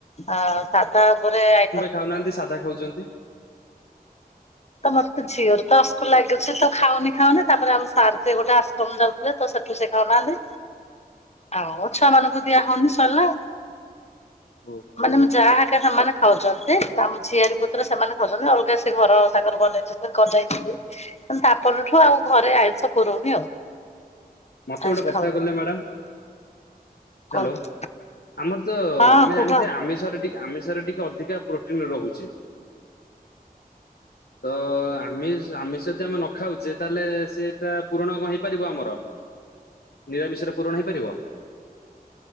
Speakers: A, on the left; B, on the left.
A: ଅ, ସାଧା ଉପରେ ଆଇ
B: ଖାଉନାହାଁନ୍ତି ସାଧା ଖାଉଚନ୍ତି
A: ତ ମୋତେ ଝିଅରୁ ତ ଅସକ ଲାଗୁଛି ତ ଖାଉନି ଖାଉନି ତାପରେ ଆମ ସାର୍ ସେ ଗୋଟେ ଆଶ୍ରମ ଯାଉଥିଲେ ତ ସେଠୁ ସେ ଖାଉନାହାଁନ୍ତି, ଆଉ ଛୁଆ ମାନଙ୍କୁ ଦିଆ ହଉନି ସରିଲା।
B: ଓହୋ
A: ମାନେ ମୋ ଯାହା ଏକା ସେମାନେ ଖାଉଛନି ସେ ତା ଆମ ଝିଆରି ପୁତୁରା ସେମାନେ ଖାଉଚନି ଅଲଗା ସେ ଘର ଆଗରୁ ବନେଇ ଦେଇଥିଲେ <unintelligible> ତାପର ଠୁ ଆଉ ଘରେ ଆଇଁଷ ପୁରଉନି ଆଉ।
B: ମୋତେ
A: ଆଇଁଷ
B: ଗୋଟେ କଥା
A: ଖାଉନି
B: କହିଲେ ମ୍ୟାଡାମ୍
A: କଣ
B: ହ୍ୟାଲୋ
A: କର
B: ଆମର ତ
A: ହଁ
B: ଆମେ
A: କୁହ।
B: ଜାଣିଚେ ଆମିଷରେ ଟି ଆମିଷରେ ଟିକେ ଅଧିକା ପ୍ରୋଟିନ୍ ରହୁଛି। ତ ଆମିଷ୍ ଆମିଷ <unintelligible> ଆମେ ନ ଖାଉଛେ ତାହେଲେ ସେଟା ପୂରଣ କଣ ହେଇପାରିବ ଆମର? ନିରାମିଷରେ ପୂରଣ ହେଇପାରିବ?